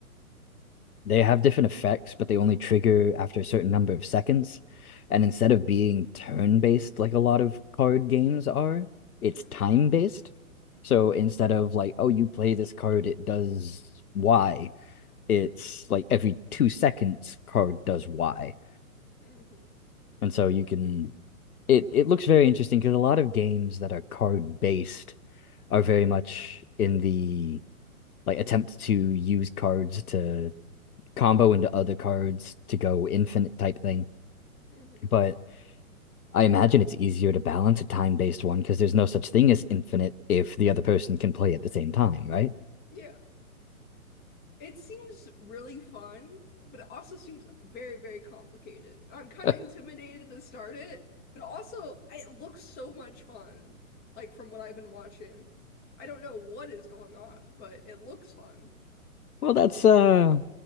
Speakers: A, on the left; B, on the left.
A: they have different effects, but they only trigger after a certain number of seconds. And
B: hmm
A: instead of being turn-based like a lot of card games are, it's
B: hmm
A: time-based. So instead of like, oh, you play this card, it does Y, it's like every two seconds card does Y.
B: hmm
A: And so you can it it looks very interesting because a lot of games that are card-based are very much in the like attempt to use cards to combo into other cards to go infinite type thing.
B: hmm
A: But I imagine it's easier to balance a time based one because there's no such thing as infinite if the other person can play at the same time, right?
B: Yeah. It seems really fun, but it also seems very, very complicated. And I'm kind
A: <laughs>
B: of intimidated to start it, but also I- it looks so much fun, like from what I've been watching. I don't know what is going on, but it looks fun.
A: well, that's uh,